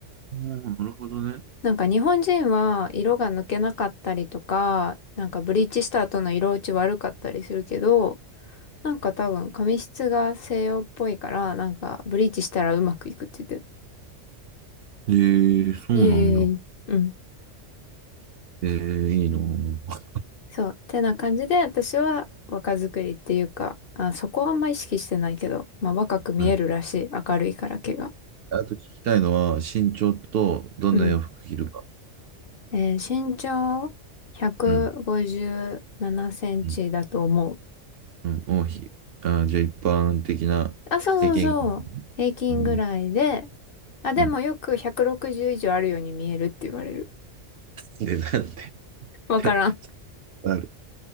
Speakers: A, on the right; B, on the left.
A: あーなるほどね。
B: なんか日本人は色が抜けなかったりとか、なんかブリーチした後の色落ち悪かったりするけど、なんか多分髪質が西洋っぽいから、なんかブリーチしたらうまくいくって言ってた。
A: えー、そうなんだ。
B: イエーイ。うん。
A: えー、いいなぁ。
B: そう。てな感じで私は若作りっていうか、あ、そこはあんま意識してないけど、まあ若く見えるらしい。
A: はい。
B: 明るいから毛が。
A: あと聞きたいのは、身長とどんな洋服着るか。
B: うん。えー身長157センチだと思う。
A: うん。うん。うん。王妃。あー、じゃあ一般的な経験が。
B: あ、そうそうそう。平均ぐらいで、
A: うん。
B: あ、でもよく160以上あるように見えるって言われる。
A: うん。で、なんて。
B: わからん。
A: <laughs> ある。